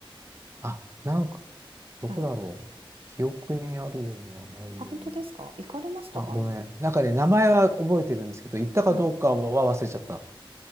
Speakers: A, on the right (about 30°); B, on the right (about 80°).
A: あ、なんか、どこだろう。
B: はい。
A: 記憶にあるような、ないような。
B: あ、本当ですか行かれましたかね
A: あ、ごめん。なんかね、名前は覚えてるんですけど、行ったかどうかは忘れちゃった。
B: はい。